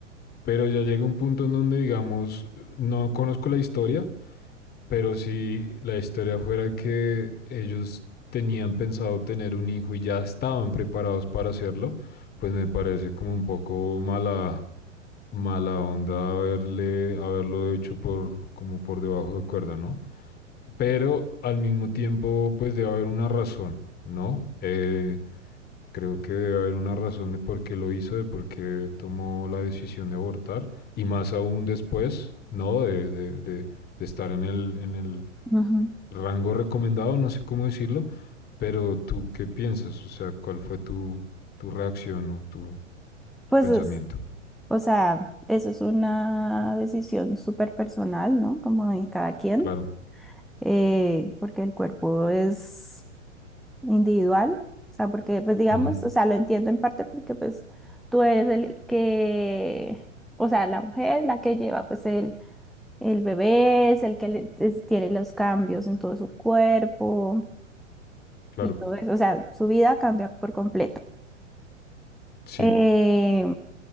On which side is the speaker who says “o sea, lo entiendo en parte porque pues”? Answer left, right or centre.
Centre